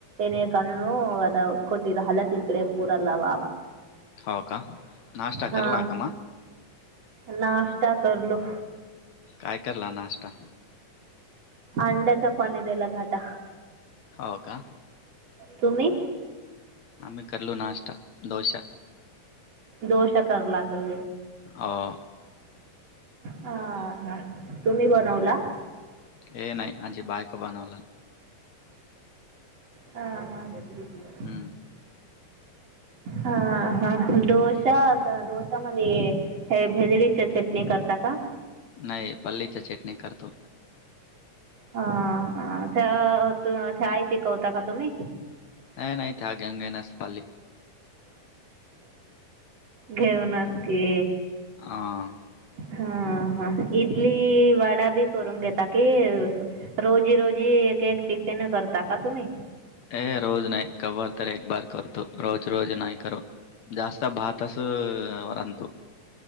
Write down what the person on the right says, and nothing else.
न कानुन अ कोटर हल्ला तिनकडे पूरल वावा.
हा
नाश्ता करलो.
अंड्याचा पाणी द्याला घाटा.
तुम्ही
दोसा करला का.
हा तुम्ही बनवला.
हा ह त
हा हा डोशा डोशामध्ये हे भेदडीच्या चटणी करता का.
हा त्या त आई पिकवता का तुम्ही.
घेऊनच की.
हा हा इडली वडा बी करून घेतता कि. रोजी रोजी एक एक टिफिन करता का तुम्ही.